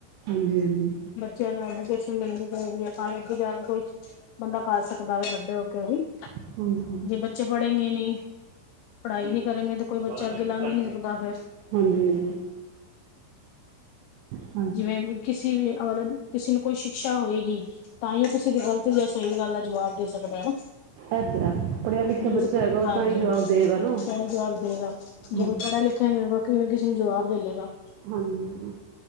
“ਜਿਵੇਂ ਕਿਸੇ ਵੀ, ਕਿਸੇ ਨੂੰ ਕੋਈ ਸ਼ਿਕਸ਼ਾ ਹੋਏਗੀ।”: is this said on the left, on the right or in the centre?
Left